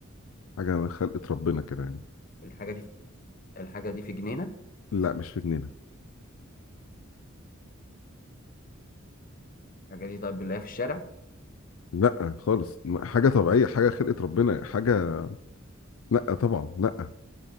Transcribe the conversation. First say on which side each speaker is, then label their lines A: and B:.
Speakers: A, on the left; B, on the left.
A: حاجة من خلقة ربنا كده يعني
B: الحاجة دي الحاجة دي في جنينة
A: لا مش في جنينة
B: الحاجة دي طيب بنلاقيها في الشارع
A: لا خالص م- حاجة طبيعية حاجة خلقة ربنا حاجة لا طبعا لا